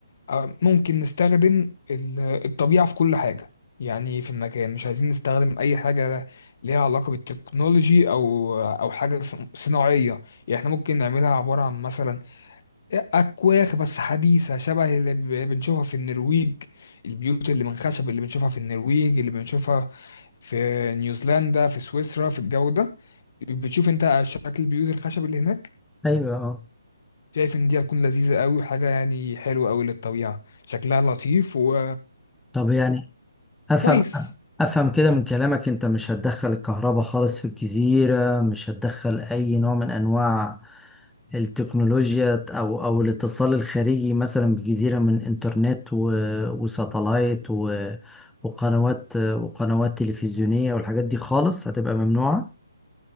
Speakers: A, on the left; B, in the centre.
A: آه، ممكن نستخدم ال- الطبيعه في كل حاجه يعني في المكان مش عايزين نستخدم اي حاجه ليها علاقه بالتكنولوجي او او حاجه صن- صناعيه يعني احنا ممكن نعملها عباره عن مثلا أكواخ بس حديثة شبه اللي ب- بنشوفها في النرويج البيوت اللي من خشب اللي بنشوفها في النرويج اللي بنشوفها في نيوزيلندا في سويسرا في الجو ده بتشوف انت شكل البيوت الخشب اللي هناك
B: ايوه اه
A: شايف ان دي هتكون لذيذة قوي وحاجة يعني حلوة قوي للطبيعة شكلها لطيف و...
B: طب يعني افهم
A: وكويس
B: افهم كده من كلامك انت مش هتدخل الكهرباء خالص في الجزيرة مش هتدخل اي نوع من انواع التكنولوجيا او او الاتصال الخارجي مثلا بالجزيرة من انترنت و- وساتلايت و- وقنوات وقنوات تلفزيونية والحاجات دي خالص هتبقى ممنوعة